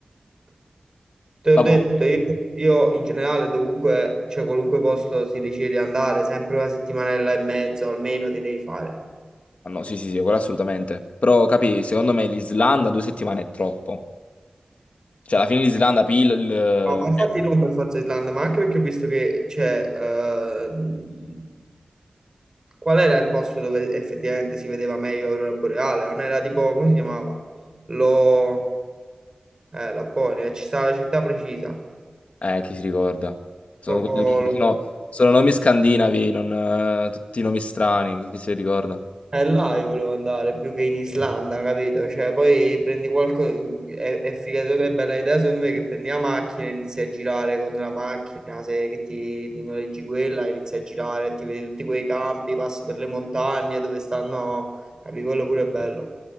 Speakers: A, on the right (about 30°); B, on the left (about 80°).
A: Te ho
B: Vabbè.
A: detto, io, io in generale dovunque, cioè qualunque posto si decide di andare, sempre una settimanella e mezzo almeno ti devi fare.
B: Ah, no, sì, sì, sì, quello assolutamente. Però, capi, secondo me l'Islanda due settimane è troppo. Cioè, alla fine l'Islanda, Pil... il-
A: No, ma infatti non per forza Islanda, ma anche perché ho visto che c'è... ehm, qual era il posto dove effettivamente si vedeva meglio l'aurora boreale? Non era tipo, come si chiamava? Lo... Eh, Lapponia, ci sta la città precisa.
B: Eh, chi si ricorda? Sono,
A: Lo-
B: quelli-
A: lo-
B: sono- sono nomi scandinavi, non, eh, tutti nomi strani, chi chi si ricorda?
A: Eh, là io volevo andare più che in Islanda, capito? Cioè, poi prendi qualche... È, è figato, è bella idea secondo me che prendi la macchina, inizi a girare con la macchina, se che ti, ti noleggi quella, inizi a girare, ti vedi tutti quei campi, passi per le montagne dove stanno... Capi, quello pure è bello.